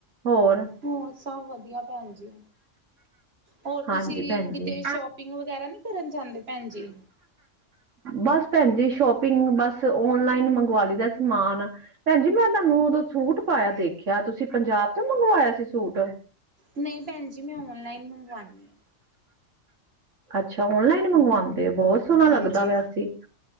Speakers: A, on the right; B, on the right.
A: ਹੋਰ
B: ਹੋਰ, ਸਬ ਵਦੀਆ ਭੈਣ ਜੀ, ਹੋਰ
A: ਹਾਂਜੀ
B: ਤੁਸੀਂ
A: ਭੈਣ
B: ਕਿਤੇ
A: ਜੀ
B: ਸ਼ੋਪਿੰਗ ਵਗੈਰਾ ਨੀ ਕਰਨ ਜਾਂਦੇ। ਭੈਣ ਜੀ
A: ਬਸ ਭੈਣ ਜੀ ਸ਼ੋਪਿੰਗ, ਬਸ ਓਨਲਾਈਨ ਮੰਗਵਾ ਲਈ ਦਾ ਸਮਾਨ ਭੈਣ ਜੀ, ਮੈਂ ਤੁਹਾਨੂੰ ਉਦੋਂ ਸੂਟ ਪਾਇਆ ਦੇਖਿਆ। ਤੁਸੀਂ ਪੰਜਾਬ ਤੋਂ ਮੰਗਵਾਇਆ ਸੀ ਸੂਟ।
B: ਨਹੀਂ, ਭੈਣ ਜੀ। ਮੈਂ ਔਨਲਾਈਨ ਮੰਗਵਾਉਦੀ ਆਂ।
A: ਅੱਛਾ। ਓਨਲਾਈਨ ਮੰਗਵਾਉਣ ਗੇ ਬਹੋਤ
B: ਆ।
A: ਸੋਨਾ
B: ਹਾਂਜੀ,
A: ਲੱਗਦਾ ਪੇਆ ਸੀ।